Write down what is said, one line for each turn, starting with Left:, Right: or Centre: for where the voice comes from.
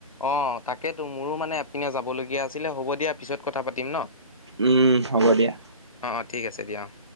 Left: অ' তাকেতো মোৰো মানে এপিনে যাবলগীয়া আছিলে হ'ব দিয়া পিছত কথা পাতিম ন
Right: উম হ'ব দিয়া
Left: অ অ ঠিক আছে দিয়া অ'